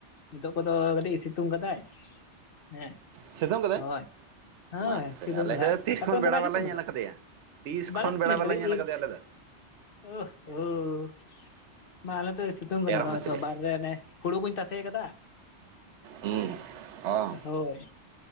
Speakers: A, on the left; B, on the right.
A: ᱮ ᱱᱤᱛᱚᱜ ᱠᱚᱫᱚ ᱠᱟᱹᱴᱤᱡ ᱥᱤᱛᱩᱝ ᱠᱟᱫᱟᱭ ᱦᱮᱸ
B: ᱥᱤᱛᱩᱝ ᱠᱟᱫᱟᱭ
A: ᱦᱳᱭ᱾ ᱦᱮ
B: ᱢᱟᱥᱮ
A: ᱥᱤᱛᱳᱧ
B: ᱟᱞᱮ
A: ᱠᱟᱫᱟᱭ?
B: ᱥᱮᱫ ᱛᱤᱥ
A: ᱟᱯᱮ
B: ᱠᱷᱚᱱ
A: ᱚᱱᱛᱮ
B: ᱵᱮᱲᱟ
A: ᱵᱟᱭ
B: ᱵᱟᱞᱮ
A: ᱥᱤᱛᱩᱧ
B: ᱧᱮᱞ
A: ᱠᱟᱫᱟ
B: ᱠᱟᱫᱮᱭᱟ ᱛᱤᱥ ᱠᱷᱚᱱ
A: ᱵᱟᱦᱨᱮ ᱠᱷᱚᱡ
B: ᱵᱮᱲᱟ
A: ᱯᱮ ᱧᱮᱞ
B: ᱵᱟᱞᱮ
A: ᱠᱟᱫᱮᱭᱟ᱾
B: ᱟᱞᱮ ᱫᱚ
A: ᱳ ᱦᱳᱣ ᱵᱟ ᱟᱞᱮᱫᱚᱭ ᱥᱤᱛ ᱛᱩᱝ ᱠᱟᱫᱟ
B: ᱮᱨᱚᱜ
A: ᱱᱚᱜᱼᱚᱭ
B: ᱢᱟᱹᱪᱨᱤ
A: ᱛᱚ ᱵᱟᱨᱦᱮ ᱨᱮ ᱚᱱᱮ ᱦᱚᱲᱩ ᱠᱩᱧ ᱛᱟᱥᱮ ᱠᱟᱫᱟ᱾
B: ᱦᱚᱸ ᱚᱸ᱾
A: ᱦᱳᱭ